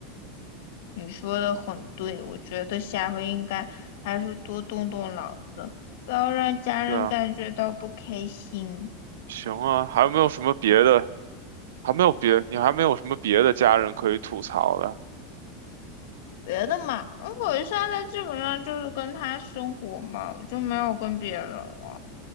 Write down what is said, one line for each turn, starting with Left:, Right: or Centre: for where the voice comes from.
Left: 你说的很对。我觉得下回应该还是多动动脑子，不要让家人感觉到不开心。
Right: 对啊，行啊，还有没有什么别的？还没有别，你还没有什么别的家人可以吐槽的
Left: 别的嘛，我现在基本上就是跟他生活嘛，我就没有跟别人了。